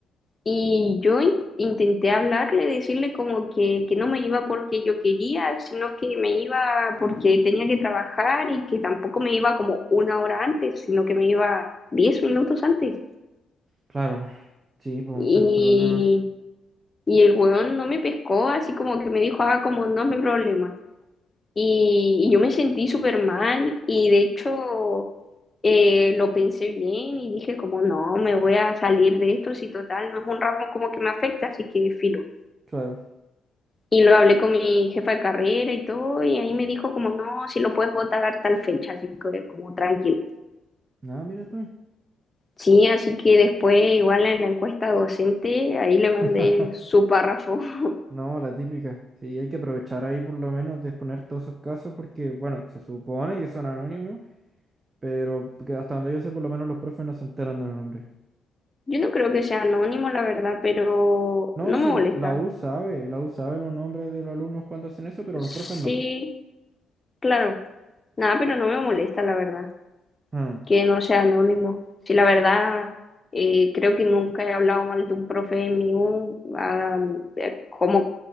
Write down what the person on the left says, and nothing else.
Y yo in- intenté hablarle, decirle como que, que no me iba porque yo quería, sino que me iba porque tenía que trabajar y que tampoco me iba como una hora antes, sino que me iba diez minutos antes.
Y,
y el weón no me pescó, así como que me dijo, ah, como no es mi problema. Y, y yo me sentí súper mal y de hecho eh, lo pensé bien y dije como no, me voy a salir de esto, si total no es un ramo como que me afecta, así que filo.
Y lo hablé con mi jefa de carrera y todo, y ahí me dijo como, no, si lo puedes votar tal fecha, así que como tranquila.
Sí, así que después igual en la encuesta docente, ahí le mandé
su párrafo. <laughs>
Yo no creo que sea anónimo, la verdad, pero
no
me molesta.
Sí,
claro, nada, pero no me molesta, la verdad,
que no sea anónimo. Sí, la verdad, eh, creo que nunca he hablado mal de un profe mío, ah, eh, como